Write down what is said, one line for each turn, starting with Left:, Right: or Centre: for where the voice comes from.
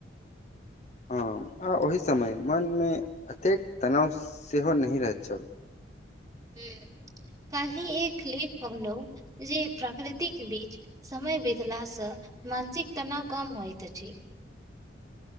Left: हँ आ ओहि समय मनमे एतेक तनाव सेहो नहि रहैत छल
Right: हूं ताही एक लेक कहलौ जे प्राकृतिक बीच समय बितला स मानसिक तनाव कम होइत अछी